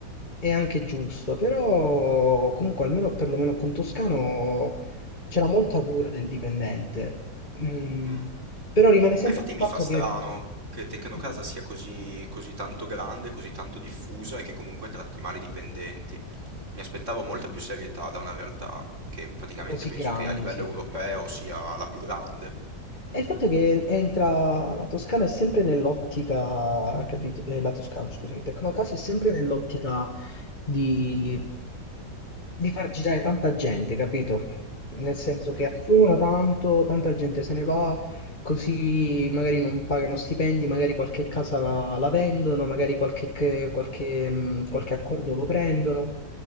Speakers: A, on the left (about 25°); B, on the right (about 45°).
A: È anche giusto, però comunque almeno perlomeno con Toscano c'era molta cura del dipendente. Mm,
B: Mm.
A: però rimane sempre
B: Ma infatti
A: il
B: mi
A: fatto
B: fa strano
A: che...
B: che Tecnocasa
A: Dimmi,
B: sia così, così tanto grande, così tanto diffusa e che comunque tratti male i dipendenti. Mi aspettavo molta più serietà da una realtà che praticamente
A: Così
B: penso
A: grande,
B: che a livello
A: sì.
B: europeo sia la più grande.
A: E il fatto è che entra la Toscana è sempre nell'ottica, capito? Eh, la Toscana, scusa, Tecnocasa è sempre nell'ottica di, di far girare tanta gente, capito? Nel senso che
B: Mm,
A: assumono tanto, tanta gente se ne va, così magari non pagano stipendi, magari qualche casa la, la vendono, magari qualche, che- qualche, mh, qualche accordo lo prendono.